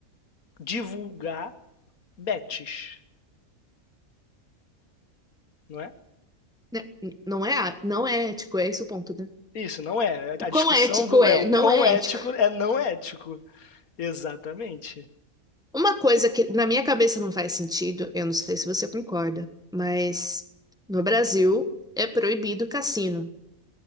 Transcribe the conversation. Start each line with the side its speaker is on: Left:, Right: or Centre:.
Left: divulgar bets, não é?
Centre: Né, n- não é, a- não é ético, é esse o ponto, né?
Left: Isso, não é.
Centre: O
Left: A
Centre: quão
Left: discussão
Centre: ético
Left: do
Centre: é?
Left: é o
Centre: Não
Left: quão
Centre: é
Left: ético
Centre: ético.
Left: é não ético. Exatamente.
Centre: Uma coisa que na minha cabeça não faz sentido, eu não sei se você concorda, mas no Brasil é proibido cassino.